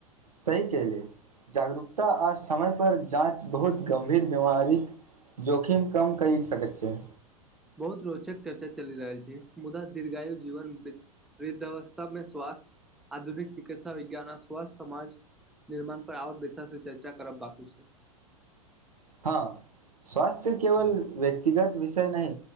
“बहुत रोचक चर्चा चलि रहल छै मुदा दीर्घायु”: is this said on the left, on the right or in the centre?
Centre